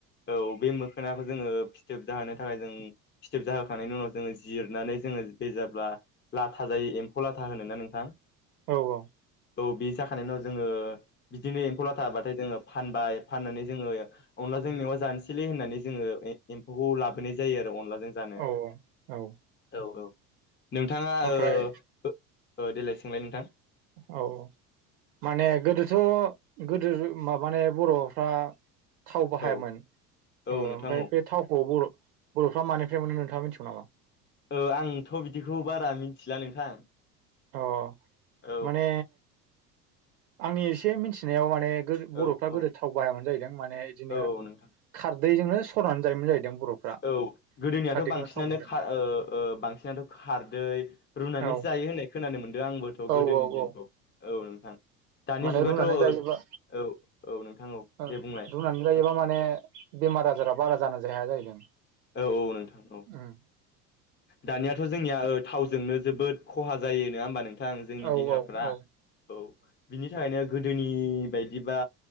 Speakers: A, on the left; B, on the right.
A: औ बे मोखोनाखौ जोङो फिथोब जाहोनो थाखाय जों फिथोब जाहोखांनायनि उनाव जोङो जिरनानै जोङो बे ए जाब्ला लाथा जायो एम्फौ लाथा होनोना नोंथां
B: औ औ
A: औ बे जाखानाय उनाव जोङो बिदिनो एम्फौ लाथा बाथाय जोङो फानबाय फाननानै जोङो अनलाजों मेवा जानोसैलै होननानै जोङो एम्फौखौ लाबोनाय जायो अनलाजों जानो
B: औ औ
A: औ औ नोंथाङा
B: ओमफ्राय
A: ओ ओ देलाय सोंलाय नोंथां
B: औ माने गोदोथ' गोदो जो माबानाय बर'फ्रा थाव बाहायामोन
A: औ औ
B: ओ
A: नोंथां
B: ओमफाय
A: औ
B: बे थावखौ बर'फ्रा मानिफ्राय मोन नोंथाङा मिथिगौ नामा?
A: ओ आंथ' बिदिखौ बारा मिथिला नोंथां
B: अ
A: औ
B: माने आंनि एसे मिथिनायाव माने गोजो
A: औ
B: बर'फ्रा
A: औ
B: गोदो थाव बाहायामोन जाहैदों माने बिदिनो
A: औ नोंथां
B: खारदैजोंनो सरनानै जायोमोन जाहैदों बर'फ्रा
A: औ गोदोनियाथ'
B: खारदैखौनो
A: बांसिनानो
B: थाव महरै
A: खा ओ ओ बांसिनाथ' खारदै रुनानैसो
B: औ
A: जायो होननाय खोनानो मोनदों आंबोथ'
B: औ
A: गोदोनि
B: औ
A: दिनखौ
B: औ
A: औ नोंथां दानि
B: माने
A: जुगाथ'
B: रुनानै
A: औ
B: जायोबा
A: औ नोंथां औ
B: रुनानै
A: दे बुंलाय
B: जायोबा
A: औ
B: माने बेमार आजारा बारा जान जाया जाहैदों
A: औ औ नोंथां औ
B: उम
A: दानियाथ' जोंनिया ओ थावजोंनो जोबोद खहा जायो नङा होमबा नों थां जोंनि
B: औ
A: देहाफ्रा
B: औ औ
A: औ बिनि थाखायनो गोदोनि बायदिबा